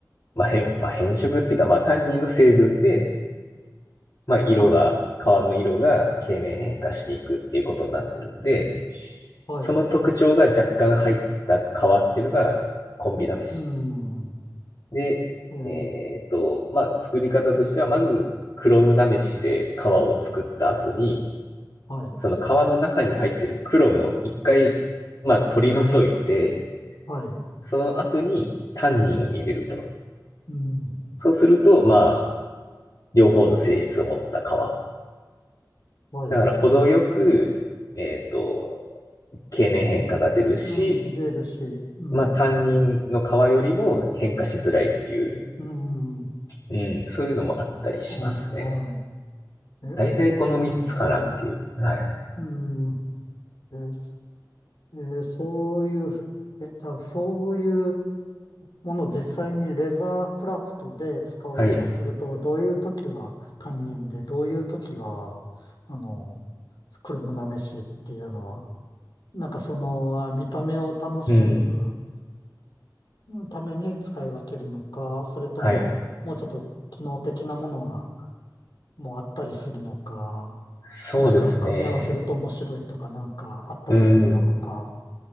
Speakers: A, on the left; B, on the left.
A: まあ、へん、まあ、変色っていうか、まあ、担任の成分で、まあ、色が、
B: はい。
A: 川の色が経年変化していくっていうことになってるんで、
B: はい。
A: その特徴が若干入った川っていうのがコンビなめし。
B: うん。
A: で、
B: えー
A: えっと、まあ、作り方としては、まず、クロムなめしで川を作った後に、
B: はい。
A: その川の中に入ってるクロムを一回、まあ、取り除いて、
B: はい。
A: その後にタンニンを入れると。
B: うん。
A: そうすると、まあ、両方の性質を持った川。
B: はい。
A: だから、程よく、えっと、経年変化が出るし、
B: うん出るし、うん。
A: まあ担任の側よりも変化しづらいっていう、
B: うん。
A: うん、そういうのもあったりしますね。
B: あ、はい。え、
A: 大体この3つかなっていう。
B: そう、はい。
A: はい。
B: うん。えーえーそういう、えっと、そういうものを実際にレザークラフトで使おうとすると、
A: はい。
B: どういう時は担任で、どういう時は、あの、黒むなめしっていうのは、なんかその、あ見た目を楽しむ
A: うん。
B: ために使い分けるのか、それとも、
A: はい。
B: もうちょっと機能的なものがもうあったりするのか、
A: そうですね。
B: なんか組み合わせると面白いとかなんかあったりするのか、
A: うん。